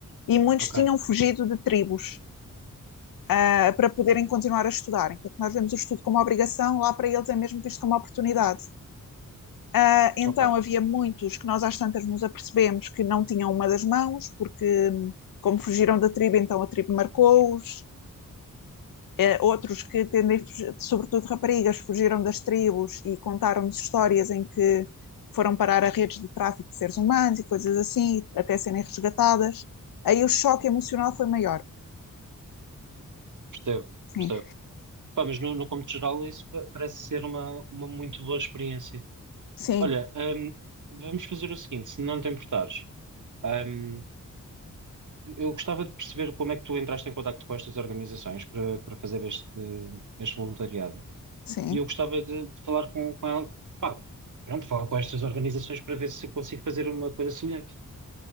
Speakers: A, on the left; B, on the right.
A: E muitos
B: Ok,
A: tinham fugido de tribos uh, para poderem continuar a estudar. Enquanto nós vemos o estudo como obrigação, lá para eles é mesmo visto como oportunidade. Uh, então
B: ok,
A: havia muitos que nós às tantas nos apercebemos que não tinham uma das mãos, porque hum, como fugiram da tribo, então a tribo marcou-os. Eh, outros que tendem, sobretudo raparigas, fugiram das tribos e contaram-nos histórias em que foram parar a redes de tráfico de seres humanos e coisas assim, até serem resgatadas. Aí o choque emocional foi maior.
B: percebo,
A: Sim,
B: percebo. Pá, mas no, no contexto geral isso pa- parece ser uma, uma muito boa experiência.
A: sim,
B: Olha, hum, vamos fazer o seguinte, se não te importares, hum, eu gostava de perceber como é que tu entraste em contacto com estas organizações para, para fazer este, este voluntariado.
A: sim.
B: E eu gostava de, de falar com, com ela, pá, pronto, falar com estas organizações para ver se consigo fazer uma coisa semelhante.